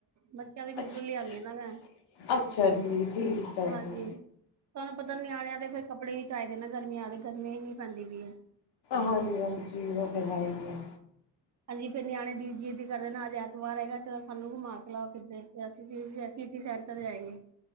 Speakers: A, on the right (about 40°); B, on the left (about 70°).
A: ਬੱਚਿਆਂ ਦੀ,
B: ਅੱਛਾ
A: ਉੱਧਰੋਂ ਲਿਆਉਦੀ ਆ ਨਾ ਮੈਂ।
B: ਅੱਛਾ ਜੀ ਠੀਕ ਹੈ
A: ਹਾਂਜੀ,
B: ਜੀ
A: ਤੁਹਾਨੂੰ ਪਤਾ ਨਿਆਣਿਆਂ ਦੇ, ਫੇਰ ਕੱਪੜੇ ਚਾਹੀਦੇ ਨਾ ਗਰਮੀਆ ਵਾਲੇ, ਗਰਮੀ ਏਨੀ ਪੈਦੀ ਪਈ ਅ
B: ਹਾਂਜੀ--ਹਾਂਜੀ ਉਹ ਹੈ ਹੀ, ਆ
A: ਹਾਂਜੀ, ਫਿਰ ਨਿਆਣੇ ਦੀ ਜਿੱਦ ਕਰਦੇ, ਅੱਜ ਐਤਵਾਰ ਹੈਗਾ, ਚਲੋ ਸਾਨੂੰ ਘੁੰਮਾ ਕੇ ਲਓ ਕਿੱਧਰੇ। ਸਿਟੀ ਸੈਂਟਰ, ਲੈ ਗਏ।